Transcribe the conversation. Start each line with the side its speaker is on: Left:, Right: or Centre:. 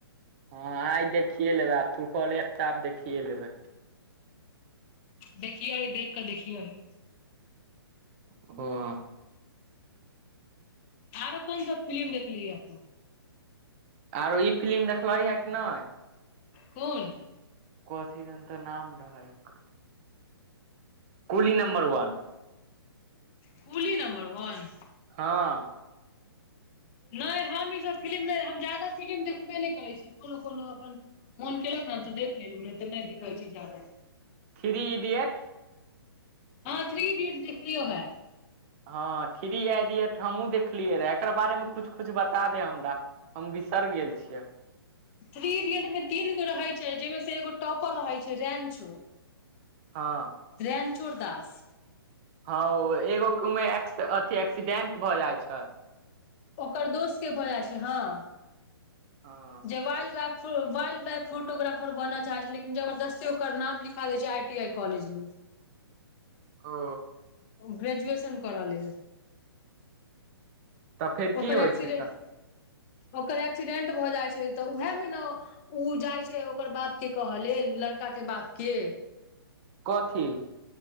Right: हँ आइ देखिये लेबै आब तू कहले त आब देखिये लेबै।
Left: देखियही देख क देखियही।
Right: हँ।
Left: आरो कोन सब फिलिम देखलीहै।
Right: आरो ई फिलिम देखलहीयै कि नय।
Left: कोन।
Right: कथी दन त नाम रहय ओकर। Coolie number one.
Left: Coolie number one.
Right: हँ
Left: नय हम इ सब फिलिम नय हम जादा फिलिम देखबे नय करै छी, कोनो- कोनो अपन मोन केलक न त देख लेलु नय त नय देखै छी जादा।
Right: थ्री इडियट
Left: हँ थ्री इडियट देखलियौ है।
Right: हँ थ्री इडियट हमहुँ देखलियै रहै एकरा बारेमे कुछ -कुछ बता दे हमरा। हम बिसर गेल छियै।
Left: थ्री इडियट में तीन गो रहै छैय जेमे स एगो टॉपर रहै छैय रेंचो।
Right: हँ।
Left: रैनचोड़ दास।
Right: हँ ओ एगो कु मे अथि एक्सीडेंट भऽ जाय छै।
Left: ओकर दोस्त के भऽ जाइ छै हँ
Right: हँ
Left: जे वाइल्ड लाइफ फोटोग्राफर बनऽ चाहै छै लेकिन जबरदस्ती ओकर नाम लिखा दै छै आई टी आई कॉलेज मे।
Right: ओ।
Left: ग्रेजुएशन करऽ लेल।
Right: तऽ फेर
Left: ओकर
Right: की होइ
Left: एक्सीडेंट,
Right: छै तऽ
Left: ओकर एक्सीडेंट भऽ जाइ छै तऽ उहेए मे न उ जाइ छै ओकर बाप के कहऽ लेल लड़का के बाप के।
Right: कथी?